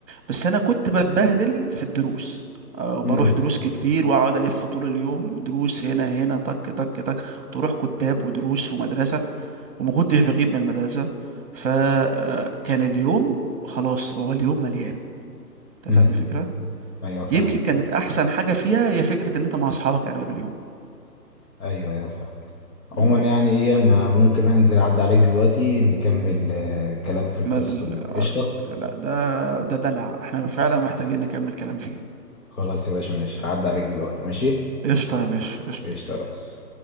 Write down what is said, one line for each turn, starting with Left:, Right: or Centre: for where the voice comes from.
Right: بس انا كنت بتبهدل في الدروس آه، وبروح
Left: امم
Right: دروس كتير واقعد الف طول اليوم دروس هنا هنا طك طك طك كنت بروح كتاب ودروس ومدرسه وما كنتش بغيب من المدرسة فكان اليوم خلاص هو اليوم مليان انت
Left: امم
Right: فاهم الفكرة
Left: ايوه فاهمك
Right: يمكن كانت
Left: بس
Right: احسن حاجة فيها هي فكرة ان انت مع اصحابك اغلب اليوم
Left: ايوه ايوه فاهم عموما
Right: مم.
Left: يعني ايه انا ممكن انزل اعدي عليك دلوقتي نكمل آه، كلام في القصه
Right: ما ال...
Left: دي قشطه
Right: آه، لا ده ده دلع احنا فعلا محتاجين نكمل كلام فيه
Left: خلاص يا باشا ماشي هعدي عليك دلوقتي ماشي
Right: قشطة يا باشا قشطة
Left: قشطه يا ريس